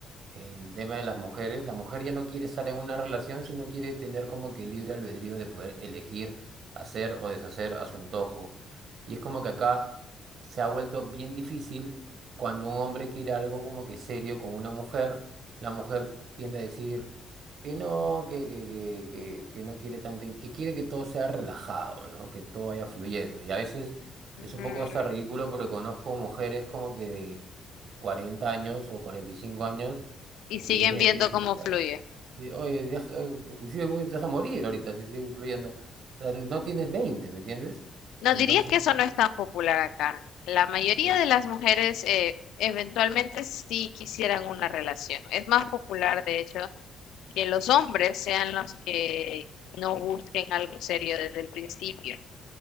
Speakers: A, on the right; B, on the left.
A: en tema de las mujeres, la mujer ya no quiere estar en una relación, sino quiere tener como que libre albedrío de poder elegir hacer o deshacer a su antojo. Y es como que acá se ha vuelto bien difícil cuando un hombre quiere algo como que serio con una mujer, la mujer tiende a decir que no, que, que, que, que, que no quiere tanto, que quiere que todo sea relajado, ¿no? Que todo vaya fluyendo. Y a veces
B: Mm,
A: es un poco hasta ridículo porque conozco mujeres como que de 40 años o 45 años
B: Y siguen
A: y dicen
B: viendo
A: que quieren que
B: cómo
A: sea-
B: fluye.
A: y, Oye, deja- inclusive güey, te vas a morir ahorita si sigues influyendo. O sea, no tienes veinte ¿me entiendes?
B: No
A: Entonces,
B: dirías que eso no es tan popular acá. La mayoría
A: uy.
B: de las mujeres eh, eventualmente sí quisieran una relación. Es más popular, de hecho, que los hombres sean los que no busquen algo serio desde el principio.